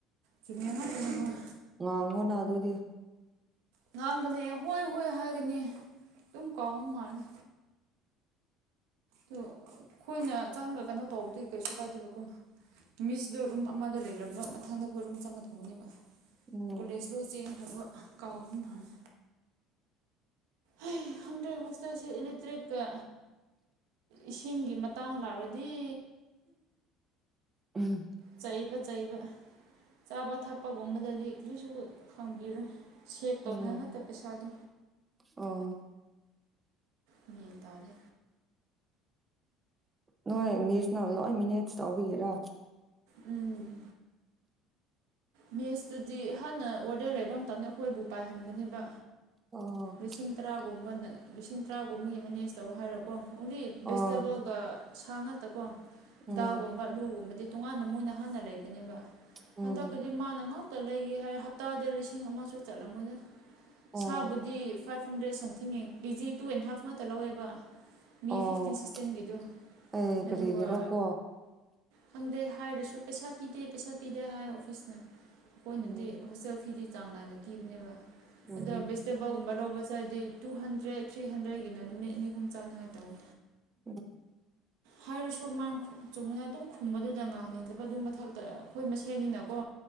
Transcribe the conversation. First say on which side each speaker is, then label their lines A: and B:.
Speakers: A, on the right; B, on the right.
A: ꯆꯨꯝꯃꯦ ꯉꯥꯛꯇꯅꯤ ꯍꯣꯏ
B: ꯉꯥꯡꯉꯣꯅ ꯑꯗꯨꯗꯤ
A: ꯉꯥꯡꯕꯅꯦ ꯍꯣꯏ ꯍꯣꯏ ꯍꯥꯏꯒꯅꯤ ꯑꯗꯨꯝ ꯀꯥꯎ ꯃꯥꯜꯂꯦ ꯑꯗꯨ ꯑꯩꯈꯣꯏꯅ ꯆꯪꯂꯒ ꯀꯩꯅꯣ ꯇꯧꯕꯗꯤ ꯀꯩꯁꯨ ꯀꯥꯏꯗꯦꯕꯀꯣ ꯃꯤꯁꯇꯣ ꯔꯨꯝ ꯑꯃꯗ ꯂꯩꯔꯝꯕ ꯃꯊꯪꯗ ꯑꯩꯈꯣꯏ ꯔꯨꯝ ꯆꯪꯒꯗꯧꯕꯅꯦꯕ
B: ꯎꯝ
A: ꯀꯣꯂꯦꯖ ꯂꯣꯏ ꯆꯦꯈ꯭ꯔꯕ ꯀꯥꯎꯕ ꯃꯥꯜꯂꯦ ꯑꯩ ꯈꯪꯗ꯭ꯔꯦ ꯍꯣꯁꯇꯦꯜꯁꯦ ꯏꯂꯦꯛꯇ꯭ꯔꯤꯛꯀ ꯏꯁꯤꯡꯒꯤ ꯃꯇꯥꯡ ꯂꯥꯛꯔꯗꯤ
B: ꯎꯝ
A: ꯆꯩꯕ ꯆꯩꯕ ꯆꯥꯕ ꯊꯛꯄꯒꯨꯝꯕꯗꯗꯤ ꯀꯔꯤꯁꯨ ꯈꯪꯕꯤꯔꯣꯏ ꯁꯦꯞ ꯇꯧꯅꯉꯥꯏ
B: ꯎꯝ
A: ꯉꯥꯛꯇ ꯄꯩꯁꯥꯗꯣ
B: ꯑꯣ
A: ꯃꯦꯟ ꯇꯥꯗꯦ
B: ꯅꯣꯏ ꯃꯤꯁꯅ ꯂꯣꯏ ꯃꯦꯅꯦꯖ ꯇꯧꯕꯤꯒꯤꯔ
A: ꯎꯝ ꯃꯦꯁꯇꯨꯗꯤ ꯍꯥꯟꯅ ꯋꯥꯔꯗꯦꯟ ꯂꯩꯕ ꯝꯇꯝꯗ ꯑꯩꯈꯣꯏꯕꯨ ꯄꯥꯏꯍꯟꯕꯅꯦꯕ
B: ꯑꯣ
A: ꯂꯤꯁꯤꯡ ꯇꯔꯥꯒꯨꯝꯕꯅ ꯂꯤꯁꯤꯡ ꯇꯔꯥꯒꯨꯝꯕꯒꯤ ꯃꯦꯅꯦꯖ ꯇꯧ ꯍꯥꯏꯔꯣꯀꯣ ꯑꯣꯡꯂꯤ ꯚꯦꯖꯤꯇꯦꯕꯜꯒ
B: ꯑꯣ
A: ꯁꯥ ꯉꯥꯛꯇꯀꯣ
B: ꯎꯝ
A: ꯗꯥꯒꯨꯝꯕ ꯂꯨꯒꯨꯝꯕꯗꯤ ꯇꯣꯉꯥꯟꯅ ꯃꯣꯏꯅ ꯍꯥꯟꯅ ꯂꯩꯕꯅꯦꯕ
B: ꯎꯝ
A: ꯍꯟꯗꯛꯇꯨꯗꯤ ꯃꯥꯅ ꯉꯥꯛꯇ ꯂꯩꯒꯦ ꯍꯥꯏ ꯍꯞꯇꯥꯗ ꯂꯤꯁꯤꯡ ꯑꯃꯁꯨ ꯆꯠꯂꯝꯃꯣꯏꯅ
B: ꯑꯣ
A: ꯁꯥꯕꯨꯗꯤ ꯗꯤ ꯐꯥꯏꯚ ꯍꯟꯗ꯭ꯔꯦꯗ ꯁꯝꯊꯤꯡꯅꯦ ꯀꯦꯖꯤ ꯇꯨ ꯑꯦꯟ ꯍꯥꯐ ꯉꯥꯛꯇ ꯂꯧꯋꯦꯕ ꯃꯤ
B: ꯑꯣ
A: ꯐꯤꯐꯇꯤꯟ ꯁꯤꯛꯁꯇꯤꯟꯒꯤꯗꯨ
B: ꯑꯩ ꯀꯔꯤꯒꯤꯔꯀꯣ
A: ꯑꯗꯨꯒ ꯈꯪꯗꯦ ꯍꯥꯏꯔꯁꯨ ꯄꯩꯁꯥ ꯄꯤꯗꯦ ꯄꯩꯁꯥ ꯄꯤꯗꯦ ꯍꯥꯏ ꯑꯣꯐꯤꯁꯅ ꯑꯩꯈꯣꯏꯅꯗꯤ
B: ꯎꯝ
A: ꯍꯣꯁꯇꯦꯜ ꯐꯤꯗꯤ ꯆꯥꯡ ꯅꯥꯏꯅ ꯊꯤꯕꯅꯦꯕ
B: ꯎꯝ
A: ꯑꯗꯣ <unintelligible> ꯂꯧꯕ ꯆꯠꯂꯗꯤ ꯇꯨ ꯍꯟꯗ꯭ꯔꯦꯗ ꯊ꯭ꯔꯤ ꯍꯟꯗ꯭ꯔꯦꯗꯀꯤꯅ ꯅꯨꯃꯤꯠ ꯑꯅꯤ ꯑꯍꯨꯝ ꯆꯥꯅꯤꯉꯥꯏ ꯇꯧꯋꯦ
B: ꯎꯝ
A: ꯍꯥꯏꯔꯁꯨ ꯃꯥꯡ ꯆꯨꯝꯅꯅ ꯑꯗꯨꯝ ꯈꯨꯝꯕꯗꯨꯗ ꯉꯥꯡꯅꯤꯡꯗꯕ ꯑꯗꯨ ꯃꯊꯛꯇ ꯑꯩꯈꯣꯏ ꯃꯁꯦꯟꯅꯤꯅꯀꯣ